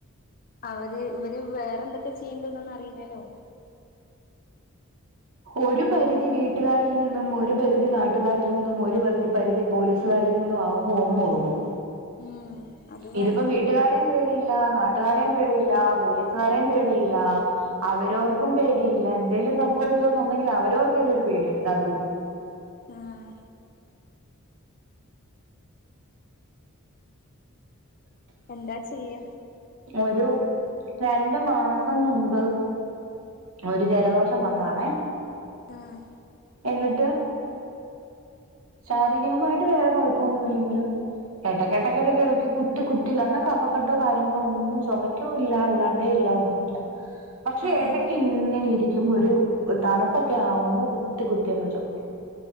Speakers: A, on the left (about 40°); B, on the right (about 80°).
A: അവര് ഇവര് വേറെന്തൊക്കെ ചെയ്യുണ്ടന്നൊന്ന് അറിയില്ലല്ലോ
B: ഒരു പരിധി വീട്ടുകാരിൽ നിന്നും ഒരു പരിധി നാട്ടുകാരിൽ നിന്നും ഒരു പരിധി പരിധി പോലീസ് സുകാരിൽ നിന്നു ആകുമ്പോ ഒന്ന് ഒതുങ്ങും.
A: <inaudible> അത് വേണം
B: ഇതിപ്പം വീട്ട ട്ടുകാരെയും പേടിയില്ല, നാട്ടുകാരെയും പേടിയില്ല, പോലീസുകാരെയും പേടിയില്ല, അവരോർക്കും പേടിയില്ല എന്തേലും സംഭവിക്കൊന്നോണ്ടെങ്കിൽ അവരോർക്കെലും ഒരു പേടിവേണം ഇത്‌ അതും ഇല്ല.
A: ആഹ് എന്താ ചെയ്യാ
B: ഒരു രണ്ടു മാസം മുമ്പ് ഒരു ജലദോഷം വന്നാണേ
A: ആഹ്
B: എന്നിട്ട്, ശാരീരികമായിട്ട് വേറെ കൊഴപ്പൊന്നും ഇല്ലെങ്കിലും ഇടയ്ക്കെടേയ്‌ക്കെടക്കെടയ്ക്ക് കുത്തി കു ത്തി എന്ന കഫക്കെട്ടോ കാര്യങ്ങളോ ഒന്നും ചുമക്കും ഇല്ല അല്ലാണ്ടും ഇല്ല ഒന്നുല്ല. പക്ഷെ
A: ആഹ്
B: ഏടയ്ക്ക് ഇങ്ങനെ ഇരിക്കുമ്പോ ഒരു തണുപ്പൊക്കെ ആവുമ്പോ കുത്തി കുത്തി അങ്ങ് ചുമക്കും.